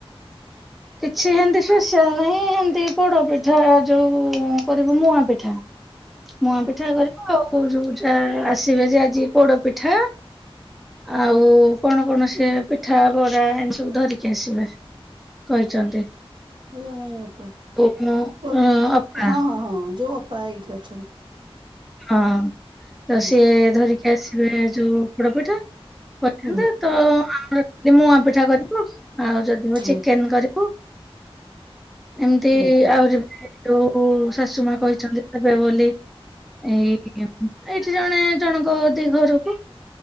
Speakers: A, in the centre; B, on the right.
A: କିଛି ଏମତି ସ୍ପସିଆଲ ନାହିଁ ଏମତି ପୋଡ ପିଠା ଯୋଉ କରିବୁ ମୁୂଆ ପିଠା।
B: ହ
A: ମୁଆଁ ପିଠା କରିବ ଆଉ ଯୋଉ ଯା ଆସିବେ ଯେ ଆଜି ପୋଡ ପିଠା। ଆଉ କଣ କଣ ସେ ପିଠା ବରା ଏମିତି ସବୁ ଧରିକି ଆସିବେ। କହିଛନ୍ତି।
B: ଆ ଜଣେ ଅପା
A: ଓ ମୁଁ
B: ପ
A: ଅପା
B: ହଁ ହଁ ହଁ ଯୋଉ ଅପାୟ ଏଇଠି ଅଛ
A: ହଁ ତ
B: ହୁଁ
A: ସିଏ ଧରିକି ଆସିବେ ଯୋଉ ପୋଡ ପିଠା। କହିଥା
B: ହୁଁ
A: ତ ଆମର ଯି ମୁଆଁ ପିଠା କରିବୁ ଆଉ ଯଦି
B: ହୁଁ
A: ଚିକେନ କରିବୁ। ଏମିତି
B: ହୁଁ
A: ଆହୁରି ଯୋଉ ଶାଶୁ ମା କହିଛନ୍ତି ଦେବେ ବୋଲି। ଏଇ ଏଇଠି ଜଣେ ଜଣଙ୍କ ଦି ଘରକୁ।